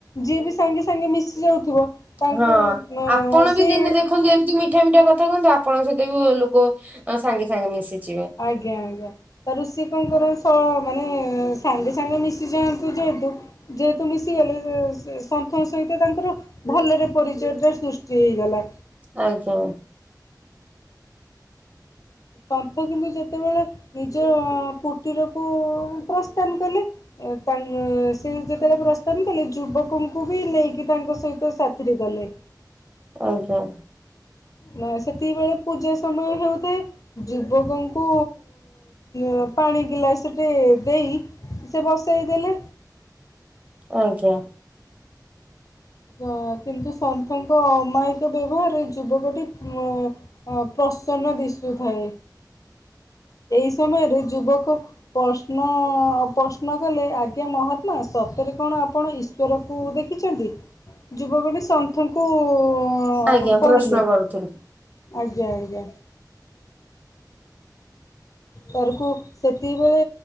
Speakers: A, on the left; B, on the right.
A: ଯିଏ ବି ସାଙ୍ଗେ ସାଙ୍ଗେ ମିଶି ଯାଉଥିବ। ତାଙ୍କୁ
B: ହଁ
A: ଅ
B: ଆପଣ
A: ସିଏ
B: ବି ଦିନେ ଦେଖନ୍ତୁ ଏମିତି ମି ମିଠା ମିଠା କଥା କୁହନ୍ତୁ ଆପଣଙ୍କ ସହିତ ବି ଲୋକ ସାଙ୍ଗେ ସାଙ୍ଗେ ମିଶିଯିବେ।
A: ଆଜ୍ଞା ଆଜ୍ଞା। ତା ରୋଷେଇ କଣ କର ମାନେ ସାଙ୍ଗେ ସାଙ୍ଗେ ମିଶି ଯାଆନ୍ତୁ ଯେହେତୁ ଯେହେତୁ ମିଶିଗଲେ ସନ୍ଥଙ୍କ ସହିତ ତାଙ୍କର ଭଲରେ ପରିଚୟଟା ସୃଷ୍ଟି ହେଇଗଲା।
B: ଆଜ୍ଞା
A: ସନ୍ଥ କିନ୍ତୁ ଯେତେବେଳେ ନିଜ କୁଟୀରକୁ ପ୍ରସ୍ଥାନ କଲେ। ତା ସେ ଯେତେବେଳେ ପ୍ରସ୍ତାବ କଲେ ଯୁବକଙ୍କୁ ବି ନେଇକି ତାଙ୍କ ସହିତ ସାଥିରେ ଗଲେ।
B: ଆଜ୍ଞା।
A: ନା ସେତିିବଳେ ପୂଜା ସମୟ ହେଉଥାଏ। ଯୁବକଙ୍କୁ ଆ ପାଣି ଗିଲାସ ଟେ ଦେଇ ସେ ବସେଇ ଦେଲେ।
B: ଆଜ୍ଞା।
A: ଅ କିନ୍ତୁ ସନ୍ଥଙ୍କ ଅମାୟିକ ବ୍ୟବହାରରେ ଯୁବକଟିଉଁ ଅ ପ୍ରସନ୍ନ ଦିଶୁଥାଏ। ଏହି ସମୟରେ ଯୁବକ ପ୍ରଶ୍ନ ପ୍ରଶ୍ନ କଲେ ଆଜ୍ଞା ମହାତ୍ମା ସତରେ କଣ ଆପଣ ଇ ଜ୍ୱରକୁ ଦେଖିଛନ୍ତି ଯୁବକଢ଼ି ସନ୍ଥଙ୍କୁ ଉଁ ହ
B: ଆଜ୍ଞା
A: କହିଲେ
B: ପ୍ରଶ୍ନ କରୁଥିଲି
A: ଆଜ୍ଞା ଆଜ୍ଞା। ତରକୁ ସେତିକିବେଳେ